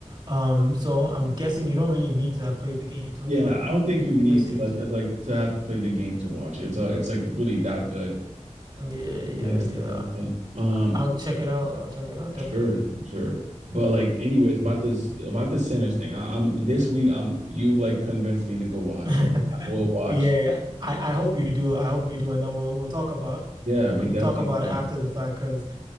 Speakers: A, on the right (about 35°); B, on the right (about 75°).
A: Um, so I'm guessing you don't really need to have played the game to enjoy
B: yeah
A: the
B: I
A: movie,
B: don't think you need
A: the series.
B: to like because like to have played the game to watch it. it's uh, it's like really that good
A: Yeah, yeah,
B: like
A: yeah.
B: stuff like that um
A: I, I'll check it out. I'll check it out definitely.
B: Sure, sure. But like, anyways, about this about the Sinners thing. I, I'm this week. I'm you've like convinced me to go watch,
A: <laughs>
B: so I will watch.
A: Yeah, I, I hope you do. I hope you do, and then we'll we'll talk about
B: Yeah, we
A: we'll
B: definitely
A: talk about
B: can.
A: it after the fact because